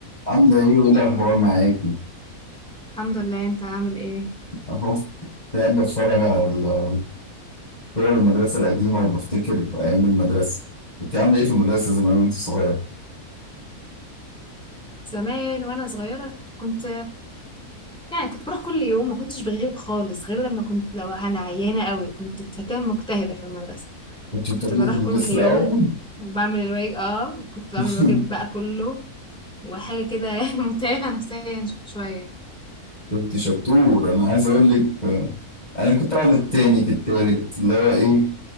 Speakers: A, on the left; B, in the centre.
A: عاملة إيه وإيه الأخبار معاكي؟
B: الحمد لله انت عامل ايه
A: أهو قاعد بتفرج على ال- صور المدرسة القديمة وبفتكر أيام المدرسة، كنت عاملة إيه في المدرسة زمان وأنت صغير؟
B: زمان وانا صغيره كنت يعني كنت بروح كل يوم ما كنتش بغيب خالص غير لما كنت لو انا عيانه قوي كنت فتاه مجتهده في المدرسه
A: كنت بتاخديه
B: كنت بروح
A: في الديسك
B: كل يوم
A: الأول؟
B: وبعمل الواجب اه كنت بعمل
A: <laughs>
B: الواجب بقى كله وحاجه كده <laughs> متعبه نفسيا شويه
A: كنت شطور، أنا عايز أقول لك آه، أنا كنت أقعد التاني في التالت اللي هو إيه